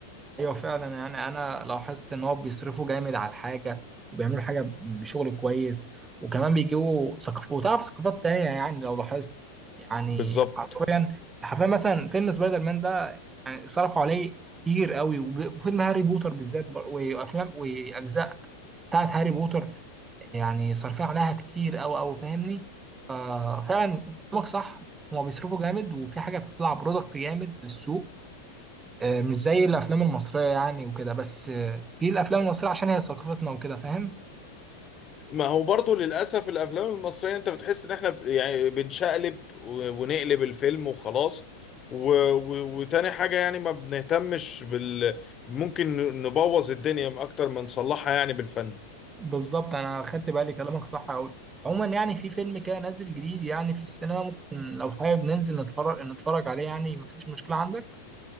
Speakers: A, on the right (about 15°); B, on the left (about 25°).
A: ايوه فعلا يعني انا لاحظت ان هو بيصرفوا جامد على الحاجه وبيعملوا حاجه بشغل كويس وكمان بيجيبوا ثقافات وتعرف ثقافات تانية يعني لو لاحظت يعني
B: بالظبط
A: حرفيا حرفيا مثلا فيلم سبايدر مان ده يعني صرفوا عليه كتير قوي وب- وفيلم هاري بوتر بالذات بر- وافلام واجزاء بتاعت هاري بوتر يعني صارفين عليها كتير قوي قوي فاهمني ففعلا كلامك صح هما بيصرفوا جامد وفي حاجه بتطلع برودكت جامد للسوق آه، مش زي الافلام المصريه يعني وكده بس آه، في الافلام المصريه عشان هي ثقافتنا وكده فاهم
B: ما هو برضو للأسف الأفلام المصرية أنت بتحس إن إحنا ب- يعني بنشقلب و- ونقلب الفيلم وخلاص و... و... وتاني حاجة يعني ما بنهتمش بال ممكن ن- نبوظ الدنيا أكتر ما نصلحها يعني بالفن
A: بالظبط انا خدت بالي كلامك صح قوي عموما يعني في فيلم كده نازل جديد يعني في السينما ممكن لو حابب ننزل نتفرج نتفرج عليه يعني مفيش مشكله عندك